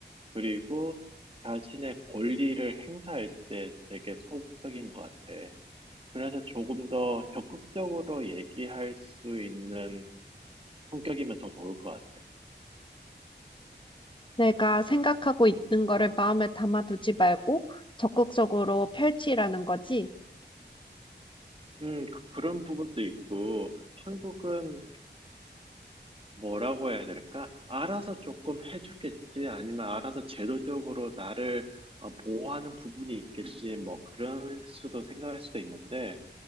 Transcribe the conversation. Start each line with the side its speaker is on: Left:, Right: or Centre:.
Right: 그리고 자신의 권리를 행사할 때 되게 소극적인 것 같아. 그래서 조금 더 적극적으로 얘기할 수 있는 성격이면 더 좋을 것 같아.
Left: 내가 생각하고 있는 거를 마음에 담아두지 말고 적극적으로 펼치라는 거지.
Right: 음, 그- 그런 부분도 있고, 한국은 뭐라고 해야 될까? 알아서 조금 해주겠지, 아니면 알아서 제도적으로 나를 어, 보호하는 부분이 있겠지, 뭐, 그럴 수도 생각할 수도 있는데,